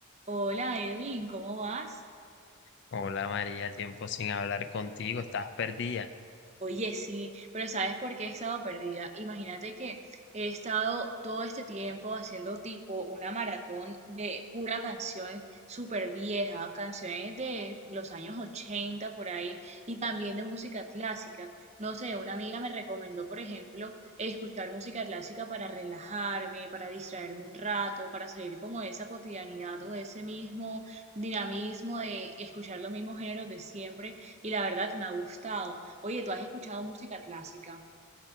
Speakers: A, on the right; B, on the left.
A: Hola Edwin, ¿cómo vas?
B: Hola María, tiempo sin hablar contigo, estás perdida.
A: Oye, sí, pero ¿sabes por qué he estado perdida? Imagínate que he estado todo este tiempo haciendo tipo una maratón de pura canción súper vieja, canciones de los años 80 por ahí y también de música clásica. No sé, una amiga me recomendó, por ejemplo, escuchar música clásica para relajarme, para distraerme un rato, para salir como de esa cotidianidad o de ese mismo dinamismo de escuchar los mismos géneros de siempre y la verdad me ha gustado. Oye, ¿tú has escuchado música clásica?